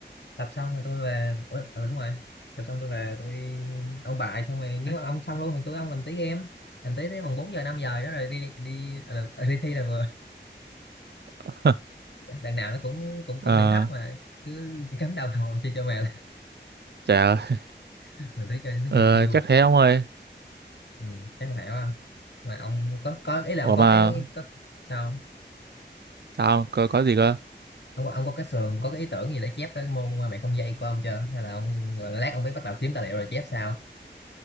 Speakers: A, on the left (about 70°); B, on the right (about 65°).
A: tập xong rồi tôi về Ủa, ừ đúng rồi tập xong tôi về tôi ông bà xong rồi nếu mà ông xong luôn thì tôi với ông làm tí game làm tí tới bằng 4 giờ 5 giờ đó rồi đi đi đi, ờ, ừ, đi thi là vừa
B: <laughs>
A: đằng nào nó cũng cũng
B: Ờ,
A: cũng điểm thấp mà cứ cắm đầu hầu chơi cho mèo
B: trời ơi
A: <laughs> mình thấy chơi nó
B: Ờ,
A: chiều chiều
B: chắc thế ông ơi
A: ừ, chắc là vậy quá mà ông có có ý là
B: ủa
A: ông có
B: mà
A: cái có, sao không
B: sao có, có gì cơ
A: ông có, ông có cái sườn có cái ý tưởng gì để chép cái môn mà bạn không dây của ông chưa hay là ông gọi là lát ông mới bắt đầu kiếm tài liệu rồi chép sao